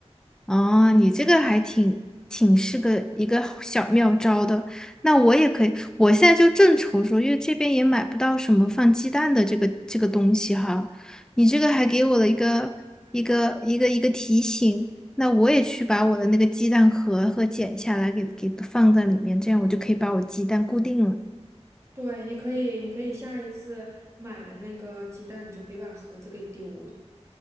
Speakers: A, in the centre; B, on the right (about 25°).
A: 哦，你这个还挺挺是个一个小妙招的。那我也可以，我现在就正愁说，因为这边也买不到什么放鸡蛋的这个这个东西哈。你这个还给我了一个一个一个一个提醒，
B: 嗯，
A: 那我也去把我的那个鸡蛋盒和剪下来给给放在里面，这样我就可以把我鸡蛋固定了。
B: 对，你可以你可以下一次买了那个鸡蛋，你就别把盒子给丢了。